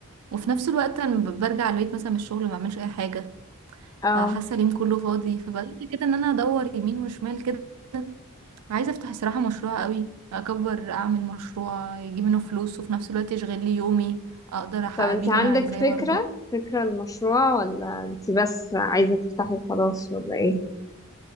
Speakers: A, on the right; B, on the left.
A: وفي نفس الوقت انا ب- برجع البيت مثلا من الشغل ما بعملش اي حاجه
B: اه
A: فحاسه اليوم كله فاضي فبدات كده ان انا ادور يمين وشمال كده عايزة افتح الصراحة مشروع قوي اكبر اعمل مشروع يجيب منه فلوس وفي نفس الوقت يشغل لي يومي اقدر احقق
B: طب انت
A: بيه
B: عندك
A: اللي انا عايزاه
B: فكرة
A: برضو
B: فكرة المشروع ولا انت بس عايزة تفتحي خلاص ولا ايه؟